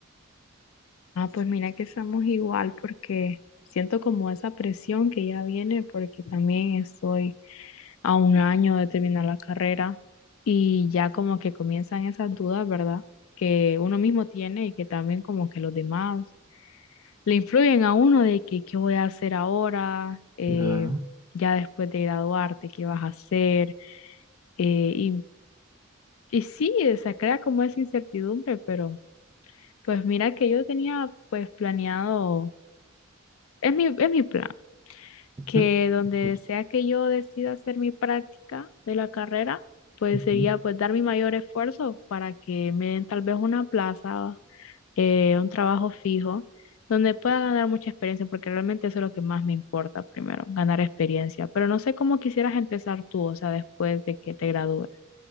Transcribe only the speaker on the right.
Claro.
Ujú,
Escucha.
ujú.